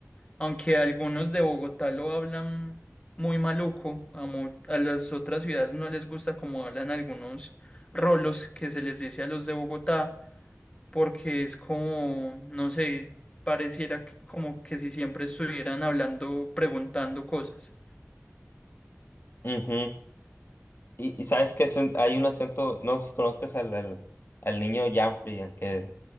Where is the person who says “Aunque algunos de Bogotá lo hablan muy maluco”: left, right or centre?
Left